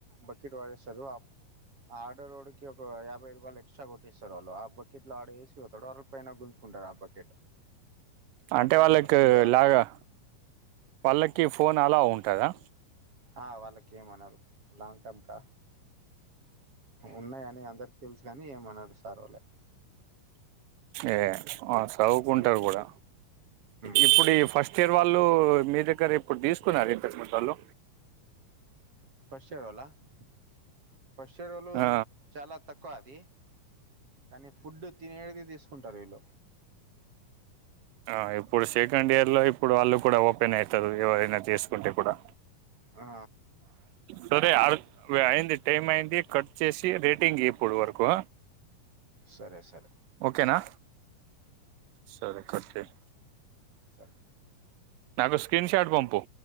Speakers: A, on the right; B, on the right.
A: బకెట్ వాడేస్తారు ఆర్డర్ వాడికి ఒక యాభై రూపాయలు ఎక్స్ట్రా కొ రిసర్వాు ఆ బకెట్ లో ఆడేసి పోతాడు అళ్ పైన గుంజుకుంటారు ఆ బకెట్
B: అంటే
A: అట్లా
B: వాళ్ళకి
A: నడుస్తుంది వాళ్ళది
B: లాగా వాళ్ళకి ఫోన్ అలా ఉంటుందా
A: ఆ వాళ్ళకి ఏమన్నారు లాంగ్ టమ్ కా ఉన్నాయ అని అందరికి తెలిసినని ఏమన్నారుడు సార్ వాళ్లే
B: ఏ ఆ చవుకుంటారు
A: మ్మ్
B: కూడా
A: మ్మ్
B: ఇప్పుడు ఈ ఫస్ట్ ఇయర్ వాళ్ళ మీ దగ్గర ఇప్పుడు తీసుకున్నారు ఇంతక వాళ్ళు
A: <unintelligible>
B: ఆ
A: చాలా తక్కువ అది కానీ ఫుడ్డు తినేది తీసుకుంటారు వీళ
B: ఆ ఇప్పుడు సెకండ్ ఇయర్ లో ఇప్పుడు వాళ్ళు కూడా ఓపెన్ అవుతారు ఎవరైనా తీసుకుంటే కూడా
A: ఆ
B: సరే ఆ అయింది టైమ్ అయింది కట్ చేసి రేటింగ్ ఇప్పుడు వరకు
A: సరే సరే
B: ఓకేనా సరే కట్ చేయి
A: సార్
B: నాకు స్క్రీన్ షాట్ పంపు